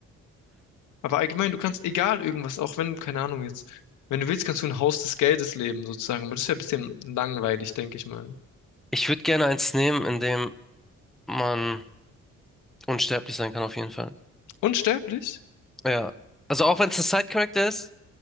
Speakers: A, on the left; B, in the centre.
A: Aber allgemein, du kannst egal irgendwas, auch wenn, keine Ahnung jetzt, wenn du willst, kannst du ein Haus des Geldes leben, sozusagen. Aber das wäre ein bisschen langweilig, denke ich mal.
B: Ich würde gerne eins nehmen, in dem man unsterblich sein kann, auf jeden Fall.
A: Unsterblich?
B: Ja. Also auch wenn es ein Side-Character ist,